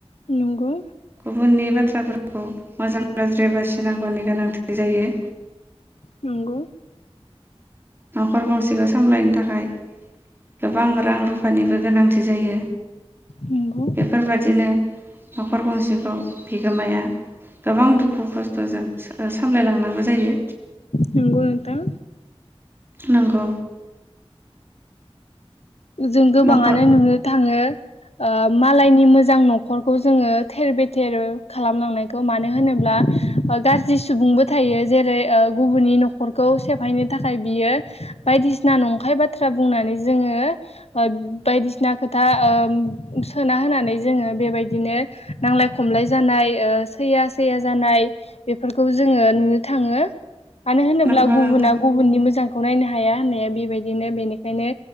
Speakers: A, on the left; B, on the right.
A: नंगौ
B: गुबुननि बाथ्राफोरखौ मोजां गाज्रि बासिनांगौनि गोनांथि जायो
A: नंगौ
B: न'खर गंसेखौ सामलायनो थाखाय गोबां रां रुफानिबो गोनांथि जायो
A: नंगौ
B: बेफोरबादिनो न'खर गंसेखौ बिगोमाया गोबां दुखु दुखु खस्थ'जों सामलायलांनांगौ जायो
A: नंगौ नोंथां
B: नंगौ
A: जों गोबाङानो
B: न'खर
A: नुनो थाङो ओ मालायनि मोजां न'खरखौ जोङो थेर बेथेर खालामलांनायखौ मानो होनोब्ला गाज्रि सुबुंबो थायो जेरै ओ गुबुननि न'खरखौ सेफायनो थाखाय बियो बायदिसिना नंखाय बाथ्रा बुंनानै जोङो ओ बायदिसिना खोथा ओ सोना होनानै जोङो बेबायदिनो नांलाय खमलाय जानाय ओ सैया सैया जानाय बेफोरखौ जोङो नुनो थाङो मानो होनोब्ला
B: नंगौ
A: गुबुना
B: नोंथां
A: गुबुननि मोजां खौ नायनो हाया होननाया बेबायदिनो बेनिखायनो